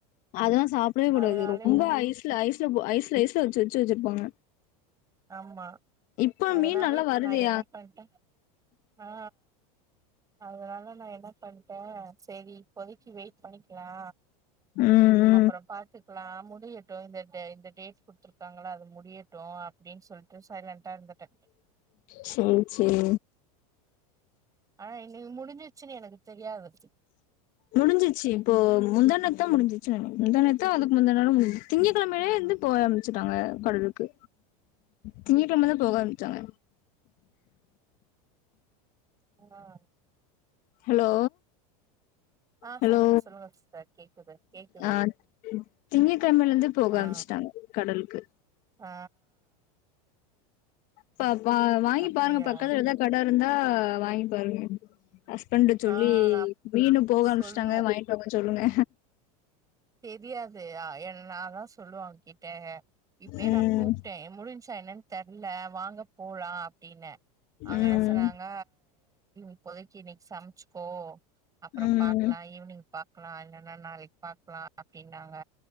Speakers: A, on the left; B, on the right.
A: அதெல்லா சாப்டவே கூடாது
B: அதனாலே
A: ரொம்ப ஐஸ் ல ஐஸ்ல ஐஸ்ல ஐஸ்ல வச்சு வச்சு வச்சிருப்பாங்க
B: ஆமா
A: இப்ப
B: அதனாலே
A: மீன் நல்லா
B: இப்ப
A: வருதே
B: நா என்ன பண்ற ஆ அதனால நா என்ன பண்ட சேரி பொதிக்கி வெயிட் பண்ணிக்லா
A: ம்
B: அப்றோ பாத்துக்கலா முடியட்டு இந்த இந்த டேட் குடுத்துருக்காங்கல்ல அது முடியட் டு அப்டின்னு சொல்ட்டு சைலண்டா இருந்துட்ட
A: சரி சரி
B: ஆனா இன்னைக்கு முடிஞ்சுச்சுன்னு எனக்கு தெரியாது
A: முடிஞ்சிச்சு இப்போ முந்தா நேத்தா முடிசுச்சு முந்தாநேத்தா அதுக்கு முந்தாநாளோ முஞ்சு திங்கக்கெழமையே வந்து போக ஆரம்பிச்சுட்டாங்க கடலுக்கு திங்க கிழமதா போக ஆரம்பிச்சாங்க
B: அ
A: ஹலோ
B: ஆ
A: ஹலோ
B: சொல்லுங்க சொல்லுங்க சிஸ்டர் கேக்குது கேக்குது
A: ஆ திங்க கிழமல இருந்து போக
B: ஆ
A: ஆரம்பிச்சுட்டாங்க கடலுக்கு
B: ஆ
A: சோ அப்ப வாங்கி
B: அப்டியா
A: பாருங்க பக்கத்துல எதோ கட இருந்தா வாங்கி பாருங்க ஹஸ்பண்ட சொல்லி
B: ஆ நா
A: மீனு போக அம்ச்சுட்டாங்க
B: சொல்லணு
A: வாங்கிட்டு வாங்க சொல்லுங்க
B: தெரியாது என் நா தா சொல்லுவ அவர் கிட்ட இப்பே
A: ம்
B: நா கூப்ட்ட முடிஞ்சா என்ன தெர்ல வாங்க போலா அப்டின்ன அவங்க
A: ம்
B: என்ன சொன்னாங்க இப்போதைக்கு இன்னைக்கு சமைச்சுக்கோ அப்பற
A: ம்
B: பா க்லா ஈவினிங் பாக்லா இல்லன்னா நாளைக்கு பாக்லா அப்டின்னாங்க